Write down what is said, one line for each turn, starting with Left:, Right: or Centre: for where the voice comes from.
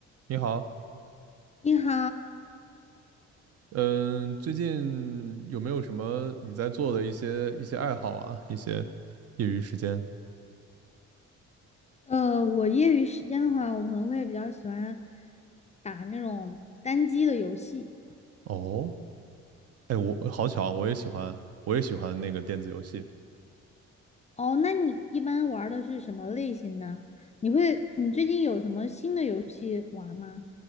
Right: 你好，
Left: 你好，
Right: 嗯，最近有没有什么你在做的一些一些爱好啊，一些业余时间？
Left: 呃，我业余时间的话，我可能会比较喜欢打那种单机的游戏。
Right: 哦，哎，我好巧，我也喜欢，我也喜欢那个电子游戏。
Left: 哦，那你一般玩儿的是什么类型呢？你会，你最近有什么新的游戏玩儿吗？